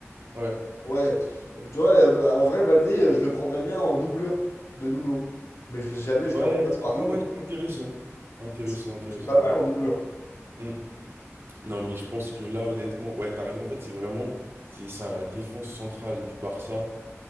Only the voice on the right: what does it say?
Ouais.
Ouais.
Ah
ouais, intéressant. Intéressant,
intéressant.
Hmm. Non, mais je pense que là, honnêtement, ouais, t'as raison. En fait, c'est vraiment, c'est ça, la défense centrale du Barça.